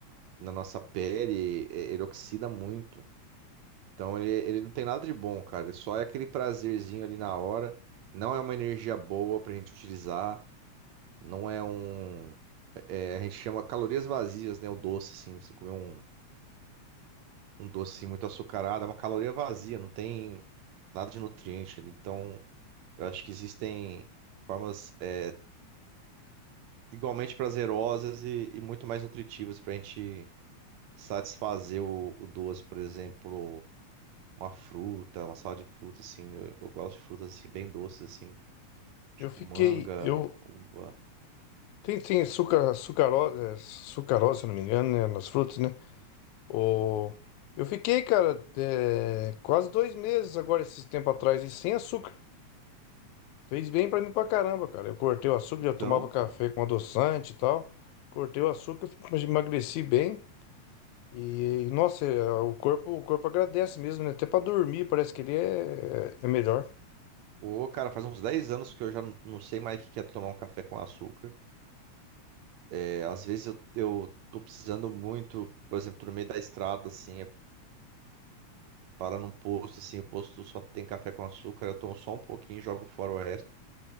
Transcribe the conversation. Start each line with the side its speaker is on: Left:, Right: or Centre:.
Right: na nossa pele, é, ele oxida muito. Então ele, ele não tem nada de bom, cara. Ele Só é aquele prazerzinho ali na hora. Não é uma energia boa pra gente utilizar. Não é um. é, a gente chama calorias vazias, né? O doce, assim. Você comer um, um doce assim, muito açucarado, é uma caloria vazia, não tem nada de nutriente ali. Então eu acho que existem formas é, igualmente prazerosas e, e muito mais nutritivas pra gente satisfazer o, o doce, por exemplo. uma fruta, uma salada de frutas, assim. Eu, eu gosto de frutas, assim, bem doces, assim.
Left: Eu
Right: Tipo
Left: fiquei.
Right: manga,
Left: Eu,
Right: uva.
Left: Tem, tem suca, sucarose, é, sucarose, se eu não me engano, né, nas frutas, né? O... Eu fiquei, cara, é, quase dois meses agora, esse tempo atrás, e sem açúcar. Fez bem pra mim pra caramba, cara. Eu cortei o açúcar,
Right: Então,
Left: já tomava café
Right: cara.
Left: com adoçante e tal. Cortei o açúcar, mas emagreci bem. E, nossa, é, o corpo, o corpo agradece mesmo, né? Até pra dormir, parece que ele é, é é melhor.
Right: Ô, cara, faz uns dez anos que eu já não, não sei mais o que que é tomar um café com açúcar. É, às vezes eu, eu tô precisando muito, por exemplo, tô no meio da estrada, assim, é, para num posto, assim, o posto só tem café com açúcar, eu tomo só um pouquinho e jogo fora o resto.